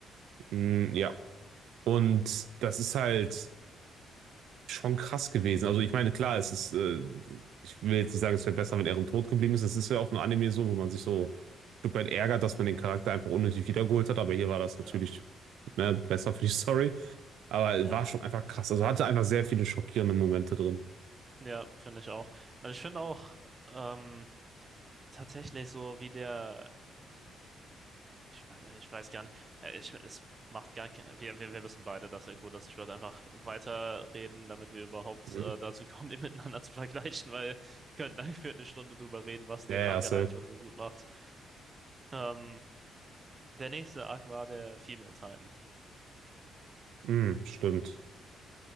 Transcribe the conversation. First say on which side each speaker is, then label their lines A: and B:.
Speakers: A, on the right; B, on the right.
A: Mm, ja. Und das ist halt schon krass gewesen. Also ich meine, klar, es ist, äh, ich will jetzt nicht sagen, es wäre besser, wenn Eren tot geblieben ist. Es ist ja auch im Anime so, wo man sich so ein Stück weit ärgert, dass man den Charakter einfach unnötig wiedergeholt hat. Aber hier war das
B: Ja,
A: natürlich ne, besser für die <laughs> Story. Aber
B: ja,
A: war schon einfach krass. Also hatte einfach sehr viele schockierende Momente drin.
B: ja, finde ich auch. Und ich finde auch, ähm, tatsächlich so, wie der Ich, wei- ich weiß gar nicht. Ja, Ich, es macht gar kein, wir, wir, wir wissen beide, dass der Code ist. Ich würde einfach weiterreden, damit wir überhaupt
A: Mhm.
B: äh, dazu kommen, die <laughs> miteinander zu vergleichen, weil wir könnten dann für eine Stunde drüber reden, was den
A: Ja, ja,
B: Arc
A: safe.
B: allein schon so gut macht. Ähm, der nächste Arc war der Female Titan.
A: Mhm, stimmt.